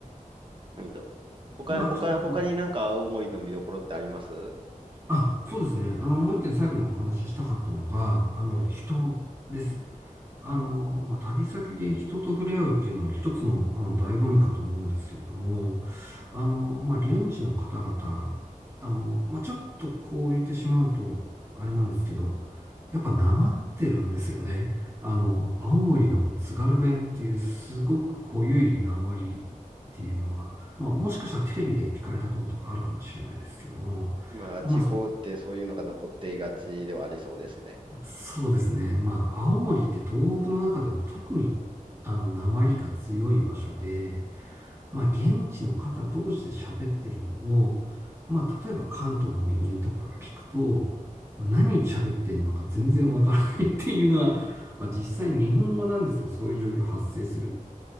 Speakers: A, on the right (about 35°); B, on the right (about 20°).
A: うんと、他、
B: まあ、
A: 他、
B: ちょっと、
A: 他になんか青森の見どころってあります
B: あ、そうですね。あの、もう一点最後にお話ししたかったのが、あの、
A: はい
B: 人です。あの、まあ、旅先で人と触れ合うっていうのは一つの、あの、醍醐味かと思うんですけれども、あの、まあ、現地の方々、あの、まあ、ちょっとこう言ってしまうと、あれなんですけど、やっぱなまってるんですよね。あの、青森の津軽弁っていうすごく濃ゆいなまりっていうのは、まあ、もしかしたらテレビで聞かれたこととかあるかもしれないですけども、
A: まあ、
B: まあ、
A: 地方ってそういうのが残っていがちではありそうですね。
B: そうですね。まあ、青森って東北の中でも特に、あの、訛りが強い場所で、まあ、現地の方同士で喋ってるのを、まあ、例えば関東の人間とかが聞くと、まあ何喋ってんのか全然わからないっていうのは、まあ、実際日本語なんですけど、そういう状況発生するって